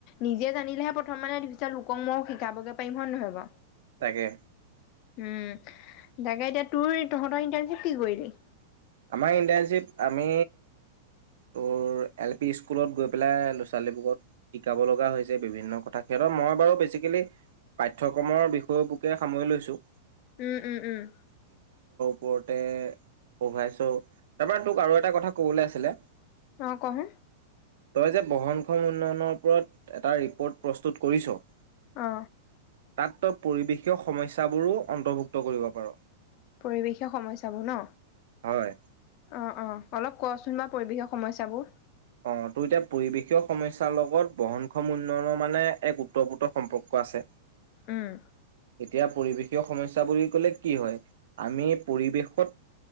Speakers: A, on the left (about 45°); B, on the right (about 70°).
A: নিজে জানিলেহে প্ৰথম মানে পিছত মই লোকক শিকাবগৈ পাৰিম হয় নহয় বাৰু।
B: তাকে
A: উম তাকে এতিয়া তোৰ তহঁতৰ ইণ্টাৰ্ণশ্বিপ কি কৰিলি।
B: আমাৰ ইণ্টাৰ্ণশ্বিপ আমি তোৰ এল পি স্কুলত গৈ পেলাই ল'ৰা ছোৱালীবোৰক শিকাব লগা হৈছে বিভিন্ন কথা সিহঁতৰ মই বাৰু বেছিকেলি পাঠ্যক্ৰমৰ বিষয় বুকে সামৰি লৈছোঁ।
A: উম উম উম
B: ওপৰতে পঢ়াইছোঁ তাৰপৰা তোক আৰু এটা কথা ক'বলে আছিলে।
A: অ ক চোন।
B: তই যে বহনক্ষ উন্নয়নৰ ওপৰত এটা ৰিপ'ৱট প্ৰস্তুত কৰিছ।
A: অ
B: তাত তই পৰিৱেশীয় সমস্যাবোৰো অন্ত্ভুক্ত কৰিব পাৰ।
A: পৰিৱেশে সমস্যাবোৰ ন।
B: হয়
A: অ অ অলপ কোৱাচোন বা। পৰিৱেশৰ সমস্যাবোৰ।
B: অ তোৰ এতিয়া পৰিৱেশীয় সমস্যাৰ লগত বহনক্ষ উন্নয়নৰ মানে এক উত্তৰপ্ৰোত্ত সম্পৰ্ক আছে।
A: উম,
B: এতিয়া পৰিৱেশীয় সমস্যা বুলি ক'লে কি হয় আমি পৰিৱেশ। ক'ত